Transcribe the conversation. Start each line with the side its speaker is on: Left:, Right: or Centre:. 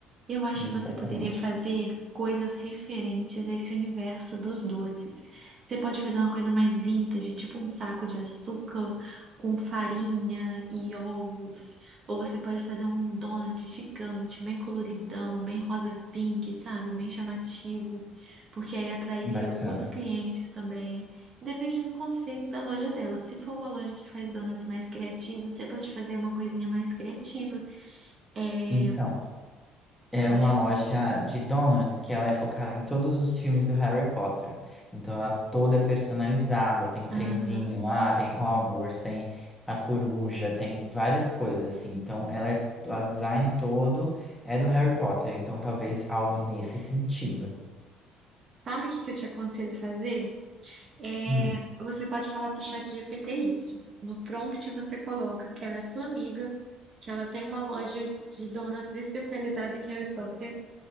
Right: Eu acho
Centre: Exatamente.
Right: que você poderia fazer coisas referentes a esse universo dos doces. Você pode fazer uma coisa mais vintage, tipo um saco de açúcar com farinha e ovos. Ou você pode fazer um donut gigante, bem coloridão, bem rosa pink, sabe? Bem chamativo, porque aí atrairia
Centre: Bacana.
Right: os clientes também. Depende do conceito da loja dela. Se for uma loja que faz donuts mais criativos, você pode fazer uma coisinha mais criativa. É...
Centre: Então, é
Right: Pode
Centre: uma
Right: falar.
Centre: loja de donuts que ela é focada em todos os filmes do Harry Potter. Então, ela é toda é personalizada. Tem o trenzinho
Right: Aham.
Centre: lá, tem Hogwarts, tem a coruja, tem várias coisas assim. Então, ela é, o design todo é do Harry Potter. Então, talvez algo nesse sentido.
Right: Sabe o que que eu te aconselho fazer? É,
Centre: Hum.
Right: você pode falar para o chat GPT isso. No prompt você coloca que ela é sua amiga, que ela tem uma loja de donuts especializada em Harry Potter,